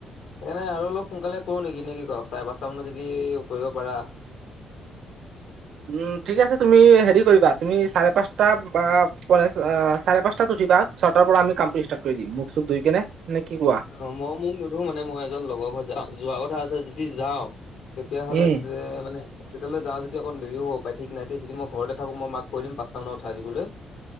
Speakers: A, on the left; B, on the right.
A: সেইকাৰণে আৰু অলপ সোনকালে কৰো নেকি নে কি ক চাৰে পাঁচটা মানত যদি কৰিব পাৰা।
B: উম ঠিক আছে তুমি হেৰি কৰিবা তুমি চাৰে পাঁচটা বা পৰাচ অ চাৰে পাঁচটাত উঠিবা। ছটাৰ পৰা আমি কামটো ষ্টাৰ্ট কৰি দিম মুক চুখ ধুই কেনে, নে কি কোৱা।
A: অ মই মুক নুধো মানে মই এজন লগৰ ঘৰত যা যোৱা কথা আছে যদি যাওঁ। তেতিয়া হলে
B: উম
A: যে মানে- তেতিয়াহলে যাওঁ যদি অকন দেৰিও হ'ব পাই ঠিক নাই দেই যদি মই ঘৰতে থাকো মাক কৰি দিম পাঁটা মান উঠাই দিবলৈ।